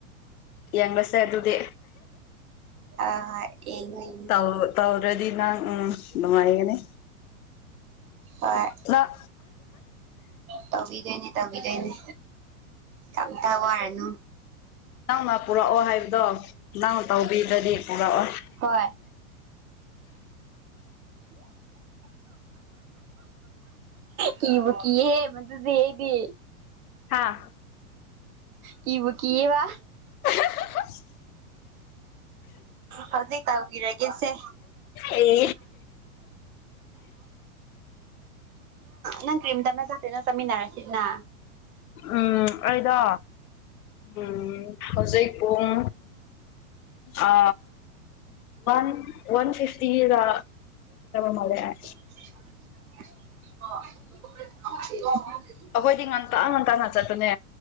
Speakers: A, on the left; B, on the right.
A: ꯌꯦꯡ ꯂꯁꯦ ꯑꯗꯨꯗꯤ
B: ꯍꯣꯏ ꯍꯣꯏ ꯌꯦꯡꯉꯣ ꯌꯦꯡꯉꯣ
A: ꯇꯥꯎ ꯇꯧꯔꯗꯤ ꯅꯪ ꯎꯝ ꯅꯨꯡꯉꯥꯏꯒꯅꯤ
B: ꯍꯣꯏ
A: ꯅꯪ
B: ꯇꯧꯕꯤꯒꯩꯅꯤ ꯇꯧꯕꯤꯗꯩꯅꯤ ꯀꯩꯝꯇ ꯋꯥꯔꯅꯨ
A: ꯅꯪꯅ ꯄꯨꯔꯛꯑꯣ ꯍꯥꯏꯕꯗꯣ ꯅꯪꯅ ꯇꯧꯕꯤꯗꯗꯤ ꯄꯨꯔꯛꯑꯣ
B: ꯍꯣꯏ
A: <unintelligible>
B: ꯀꯕꯨ ꯀꯍꯦ ꯃꯗꯨꯗꯤꯗꯤ
A: ꯍꯥꯥ
B: ꯀꯤꯕꯨ ꯀꯤꯌꯦꯕ
A: ꯍ <inaudible>
B: ꯍꯧꯖꯤꯛ ꯇꯧꯕꯤꯔꯒꯦꯁꯦ
A: ꯑꯦ
B: ꯅꯪ ꯀ꯭ꯔꯤꯝ ꯇꯅ ꯆꯦꯅ ꯆꯃꯤꯅꯔꯥꯁꯤꯗꯅ
A: ꯎꯝ ꯑꯩꯗꯣ ꯎꯝ ꯍꯧꯖꯤꯛ ꯄꯨꯡ ꯑ ꯋꯥꯟ ꯋꯥꯟ ꯐꯤꯞꯇꯤꯗ ꯃꯜꯂꯦ
B: <inaudible>
A: ꯑꯩꯈꯣꯏꯗꯤ ꯉꯟꯇ ꯉꯟꯇꯅ ꯆꯠꯄꯅꯦ